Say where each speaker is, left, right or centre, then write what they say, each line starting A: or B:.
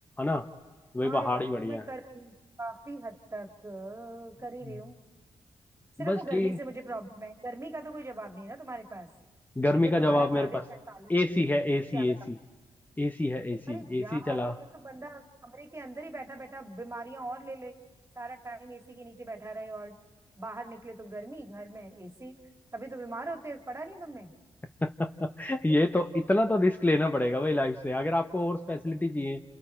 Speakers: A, on the left; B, on the right.
A: ना तो भाई
B: हाँ
A: पहाड़
B: यार
A: ही बढ़िया
B: तो मैं
A: है
B: कर रही हूँ काफी हद तक अ, कर
A: हम्म।
B: ही रही हूँ सिर्फ
A: बस
B: वो गर्मी
A: ठीक
B: से मुझे प्रॉब्लम है गर्मी का तो कोई जवाब नहीं है ना तुम्हारे पास
A: गर्मी
B: कि जब
A: का
B: तुम्हारा
A: जवाब
B: चालीस
A: मेरे पास
B: पैंतालीस
A: एसी है एसी
B: क्या
A: एसी एसी है एसी
B: अरे
A: एसी
B: यार
A: चला
B: फिर तो बंदा कमरे के अंदर ही बैठा बैठा बीमारियां और ले ले सारा टाइम एसी के नीचे बैठा रहे और बाहर निकले तो गर्मी घर में एसी तभी तो बीमार होते हैं पढ़ा नहीं तुमने
A: <laughs> ये तो इतना तो रिस्क लेना पड़ेगा भाई लाइफ से अगर आपको और स्पेशलिटी चाहिए